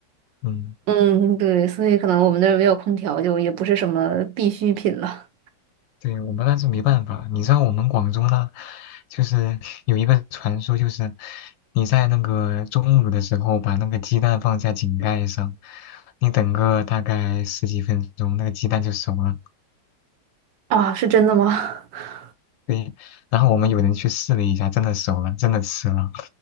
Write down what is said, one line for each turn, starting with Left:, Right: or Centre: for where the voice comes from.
Left: 嗯，
Right: 嗯，对，所以可能我们那儿没有空调，就也不是什么必需品了。
Left: 对，我们那是没办法。你知道我们广州那，就是有一个传说，就是你在那个中午的时候把那个鸡蛋放在井盖上，你等个大概十几分钟，那个鸡蛋就熟了。
Right: 啊，是真的吗？<laughs>
Left: 对，然后我们有人去试了一下，真的熟了，真的吃了。